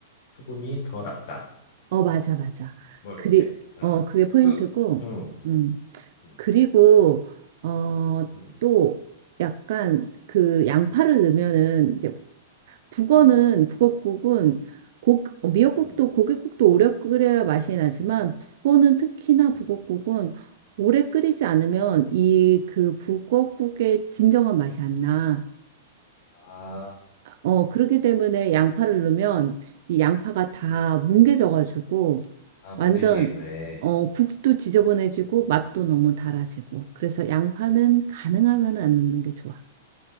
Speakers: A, on the left (about 55°); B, on the right (about 55°).
A: 소금이 더 낫다.
B: 어, 맞아, 맞아.
A: 뭐 이렇게.
B: 그리,
A: 어.
B: 어, 그게 포인트고,
A: 그, 응,
B: 음.
A: 응,
B: 그리고, 어,
A: 응,
B: 또 약간 그 양파를 넣으면은 이제 북어는,
A: 어,
B: 북어국은 고, 어, 미역국도
A: 응,
B: 고깃국도 오래 끓여야 맛이 나지만 북어는 특히나
A: 응.
B: 북어국은 오래 끓이지 않으면 이 그 북어국의 진정한 맛이 안 나.
A: 아,
B: 어, 그렇기 때문에 양파를 넣으면 이 양파가 다
A: 음
B: 뭉개져가지고
A: 아, 뭉개지게
B: 완전
A: 입네.
B: 어, 국도 지저분해지고
A: 음.
B: 맛도 너무 달아지고 그래서 양파는 가능하면 안 넣는 게 좋아.